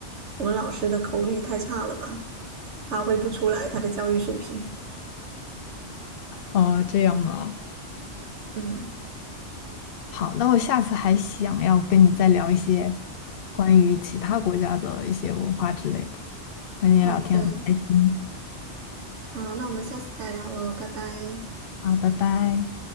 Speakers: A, on the right (about 80°); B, on the left (about 60°).
A: 我们老师的口语太差了吧，发挥不出来他的教育水平。
B: 哦，这样吗？
A: 嗯，
B: 好，那我下次还想要跟你再聊一些关于其他国家的一些文化之类的，跟你聊天很开心。
A: 好的，好，那我们下次再聊喽，拜拜。
B: 好，拜拜。